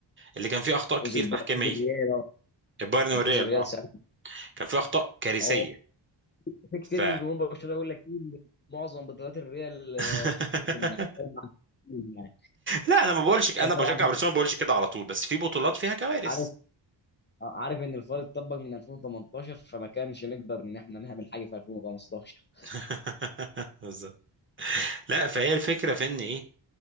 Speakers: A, on the right; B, on the left.
A: اللي كان فيه اخطاء كتير
B: فوز الب-
A: تحكيميه
B: فوز الريال آه.
A: البايرن
B: كان
A: والريال
B: فوز الريال
A: اه
B: ساعتها
A: كان فيه اخطاء كارثيه
B: اه في كتير
A: ف
B: من جمهور برشلونه يقول لك ايه معظم بطولات الريال
A: <laughs>
B: آه، فكره ان يعني
A: لا انا ما بقولش ك- انا
B: هو
A: بشجع
B: طبعا
A: برشلونه ما بقولش كده على طول بس في بطولات فيها كوارث
B: عارف آه، عارف ان الفار اتطبق من 2018 فما كانش نقدر ان احنا نعمل حاجه في 2015
A: <laughs> بالظبط لا فهي الفكره في ان ايه